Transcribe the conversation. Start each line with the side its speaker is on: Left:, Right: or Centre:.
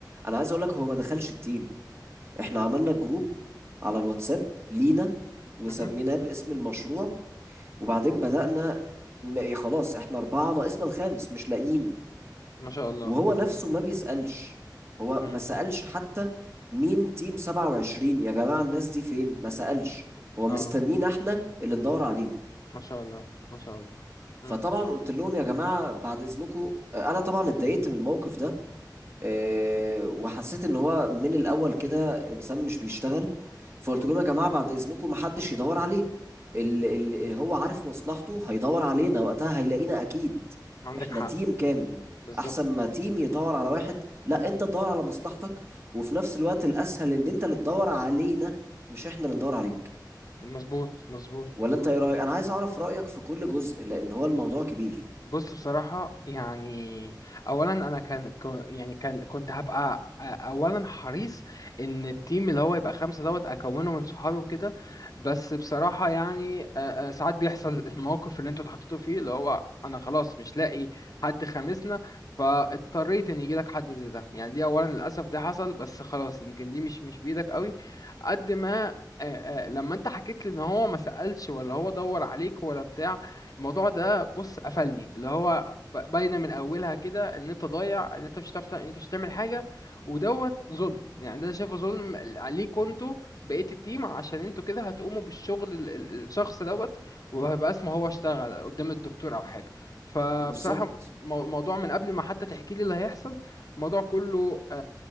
Right: انا عايز اقول لك هو ما دخلش التيم احنا عملنا جروب على الواتساب لينا
Left: مم.
Right: وسميناه
Left: مهم.
Right: باسم المشروع وبعدين بدأنا م- خلاص احنا اربعه ناقصنا الخامس مش لاقيينه
Left: ما شاء الله
Right: وهو نفسه
Left: مم.
Right: ما بيسألش هو
Left: مم.
Right: ما سألش حتى مين تيم 27 يا جماعة الناس دي فين ما سألش هو
Left: اه
Right: مستنينا احنا اللي ندور عليه
Left: ما شاء الله ما شاء الله
Right: فطبعا
Left: مم.
Right: قلت لهم يا جماعة بعد إذنكم أنا طبعا اتضايقت من الموقف ده آه، وحسيت ان هو من الاول كده انسان مش بيشتغل فقلت
Left: واضح
Right: لهم يا جماعه بعد اذنكم محدش يدور عليه اللي, اللي هو عارف مصلحته هيدور علينا وقتها هيلاقينا اكيد
Left: ما عندك
Right: احنا
Left: حق
Right: تيم كامل
Left: بالظبط
Right: احسن ما تيم يدور على واحد لا انت تدور على مصلحتك وفي نفس الوقت الاسهل ان انت اللي تدور علينا مش احنا اللي ندور عليك
Left: مظبوط مظبوط
Right: ولا
Left: مظبوط
Right: انت ايه رايك انا عايز اعرف رايك في كل جزء لان هو الموضوع كبير
Left: بص بصراحة يعني أولا أنا كان كو- يعني كان كنت هبقى أ- أولا حريص إن التيم اللي هو يبقى خمسة دوت أكونه من صحابي وكده بس بصراحة يعني أ- أ- ساعات بيحصل <laughs> الموقف اللي أنتوا اتحطيتوا فيه اللي هو أنا خلاص مش لاقي حد خامسنا فاضطريت إن يجيلك حد زي ده يعني دي أولا للأسف ده حصل بس خلاص يمكن دي مش مش بإيدك قوي قد ما أ- أ- لما أنت حكيت لي إن هو ما سألش ولا هو دور عليك ولا بتاع الموضوع ده بص قفلني اللي هو ب- باينه من اولها كده ان انت ضايع ان انت مش هتعرف تع- انت مش هتعمل حاجه ودوت ظلم يعني ده انا شايفه ظلم عليكوا انتوا بقيه التيم عشان انتوا كده هتقوموا بالشغل ال- ال- الشخص دوت وهيبقى اسمه هو اشتغل قدام الدكتور او حاجه فبصراحه
Right: بالظبط
Left: مو- الموضوع من قبل ما حتى تحكي لي اللي هيحصل الموضوع كله آه،